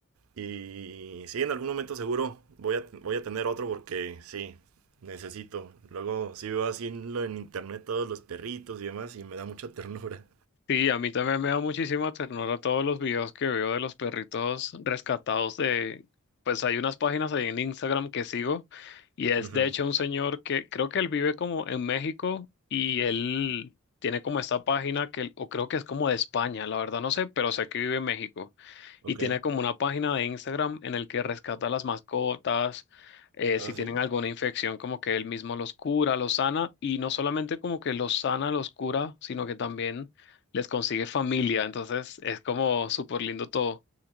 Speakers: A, on the right; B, on the left.
A: Y sí, en algún momento seguro voy a, voy a tener otro porque sí, necesito. Luego sí veo así en, lo- en internet todos los perritos y demás y me da mucha ternura.
B: Sí, a mí también me da muchísima ternura todos los videos que veo de los perritos rescatados de, pues hay unas páginas ahí en Instagram que sigo y es
A: Ujú,
B: de hecho un señor que creo que él vive como en México y él tiene como esta página que, o creo que es como de España, la verdad no sé, pero sé que vive en México
A: Ok.
B: y tiene como una página de Instagram en el que rescata las mascotas, eh,
A: Ah,
B: si tienen
A: sí.
B: alguna infección, como que él mismo los cura, los sana, y no solamente como que los sana, los cura, sino que también les consigue familia, entonces es como súper lindo todo.